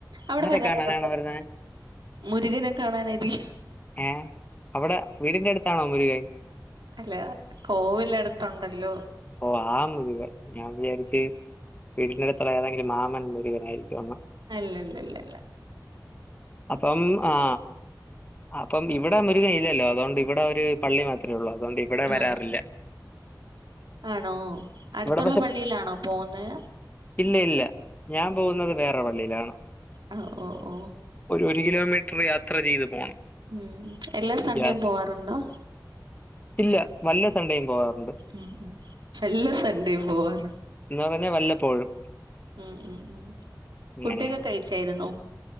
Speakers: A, on the right; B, on the left.
A: അവിടെ
B: ആരെ
A: വരാറുണ്ടൊ
B: കാണാനാണ് വരുന്നേ?
A: മുരുകനെ കാണാനെബി
B: ഏ.. അവിടെ വീടിന്റെയടുത്താണോ മുരുകൻ.
A: അല്ല, കോവിലടുത്തുണ്ടല്ലോ.
B: ഓ.. ആ മുരികൻ ഞാൻ വിചാരിച്ച്‌ വീടിന്റെയടുത്തുളളയേതെങ്കിലും, മാമൻ മുരുകനായിരിക്കുമെന്ന്
A: അല്ലല്ല ലല്ലല്ല
B: അപ്പം, ആ.. അപ്പം ഇവിടെ മുരുകനില്ലല്ലോ, അതുകൊണ്ടിവിടെയൊരുപള്ളി മാത്രമേയുള്ളൂ അതുകൊണ്ടിവിടെ
A: ആഹ്
B: വരാറില്ല
A: ആണോ, അടുത്തുള്ള
B: ഇവിടെ
A: പള്ളിയിലാണോ പോന്നേ
B: ഇല്ലയില്ല, ഞാൻ പോകുന്നത് വേറൊപള്ളിയിലാണ്
A: ഹ.. ഓ... ഓ
B: ഒരുകിലോമീറ്റർ യാത്ര ചെയ്തു പോണം.
A: ഉം.. എല്ലാസൺണ്ടേയും
B: യാ
A: പോകാറുണ്ടോ
B: ഇല്ല വല്ല സൺഡേയും പോവാറുണ്ട്
A: ഉം.. വല്ല സൺഡേയും പോവാറുണ്ട്.
B: എന്ന് പറഞ്ഞാ വല്ലപ്പോഴും
A: ഉം.. ഉം... ഉ
B: അങ്ങനെയാണ്.
A: ഫുഡൊക്കെ കഴിച്ചായിരുന്നോ